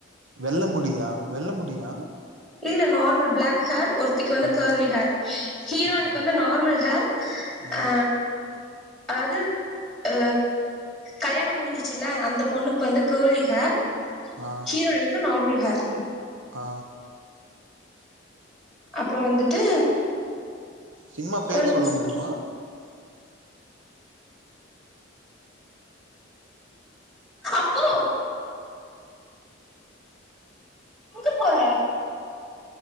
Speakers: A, on the right; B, in the centre.
A: வெல்ல முடியும் ஆ வெல்ல முடியா
B: இல்ல நார்மல் பிளாக் ஹேர் ஒரு த்திக்கு வந்து
A: ஆ
B: கர்லி ஹேர் ஹீரோயின்க்கு
A: ஓகே
B: வந்து நார்மல் ஹேர்
A: ம்
B: ஆ அதாவது ஆ கல்யாணம் முடிஞ்சிச்சுல அந்த பொண்ணுக்கு வந்து கர்லி ஹேர்
A: ஆ
B: ஹீரோயின்க்கு நார்மல் ஹேர்
A: ஆ
B: அப்புறம் வந்துட்டு
A: சினிமா பேர்
B: ஒரு நிமிஷம்
A: சொல்ல முடியுமா
B: அப்பு
A: ஆ
B: எங்க போற